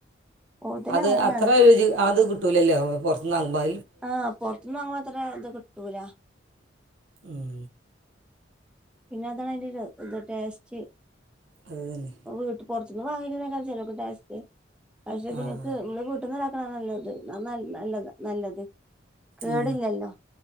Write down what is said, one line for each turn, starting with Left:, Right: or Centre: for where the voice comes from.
Centre: കൂടുതൽ
Right: അത്
Centre: അങ്ങനെയാണ്
Right: അത്ര രുചി അത് കിട്ടൂലല്ലോ പുറത്ത്ന്നാങ്ങുമ്പോ
Centre: ആഹ് പുറത്തുന്ന് വാങ്ങ്മ്പോ അത്ര ഇത് കിട്ടൂല
Right: ഉം
Centre: പിന്നെ അതാണ് അതിന്റെ ഒരു ഇ ടേസ്റ്റ്
Right: അത് തന്നെ
Centre: <unintelligible> <unintelligible> പുറത്തുനിന്ന് വാങ്ങിക്കുന്നതിനേക്കാൾ <unintelligible> പക്ഷെ
Right: ആ
Centre: നിനക്ക് <unintelligible> ആ നല്ലത് നല്ലതാ നല്ലത് കേടില്ലല്ലോ
Right: ആ